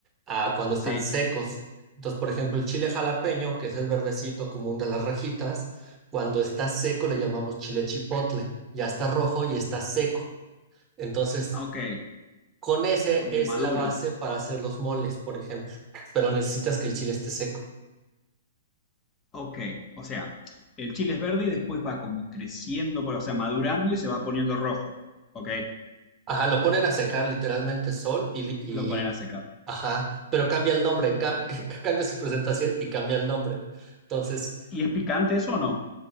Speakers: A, on the right; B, on the left.
A: a cuando están
B: Sí,
A: secos. Entonces, por ejemplo, el chile jalapeño, que es el verdecito común de las rajitas, cuando está seco le llamamos chile chipotle. Ya está rojo y está seco. Entonces,
B: Ah, ok,
A: con ese
B: como
A: es
B: maduro.
A: la base para hacer los moles, por ejemplo. Pero necesitas que el chile esté seco.
B: Ok, o sea, el chile es verde y después va como creciendo, por- o sea, madurando y se va poniendo rojo. Ok,
A: Ajá, lo ponen a secar literalmente sol y, li- y
B: lo ponen a secar.
A: ajá, pero cambia el nombre, cam- <laughs> cambia su presentación y cambia el nombre. Entonces,
B: ¿Y es picante eso o no?